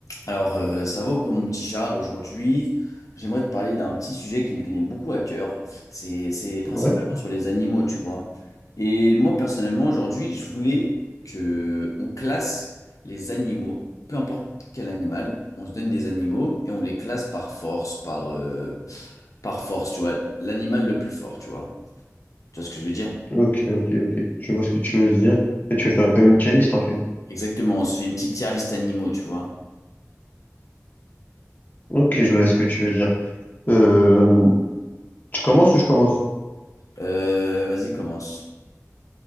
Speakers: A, on the left; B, on the left.
A: Alors, euh, ça va ou quoi, mon petit Charles? Aujourd'hui, j'aimerais te parler d'un petit sujet qui me tenait beaucoup à cœur. C'est, c'est principalement
B: Ouais,
A: sur les animaux, tu vois. Et moi, personnellement, aujourd'hui, je voulais que on classe les animaux, peu importe quel animal, on se donne des animaux et on les classe par force, par, euh, par force, tu vois. L'animal le plus fort, tu vois. Tu vois ce que je veux dire?
B: ok, ok, ok. Je vois ce que tu veux dire. Et tu veux faire comme une playlist en fait.
A: Exactement, on se fait une petite tier list animaux, tu vois.
B: Ok, je vois ce que tu veux dire. Euh, tu commences ou je commence?
A: Euh, vas-y, commence.